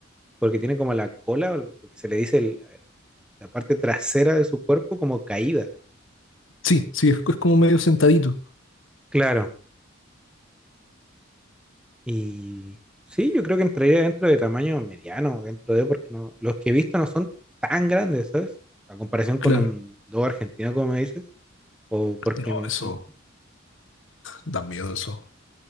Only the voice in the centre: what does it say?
porque tiene como la cola, o lo que se le dice el- la parte trasera de su cuerpo como caída.
Claro, Y sí, yo creo que entraría dentro de tamaño mediano, dentro de, porque no, los que he visto no son tan grandes, ¿sabes? A comparación con
un dog argentino, como me dices, o porque
mi-
mi-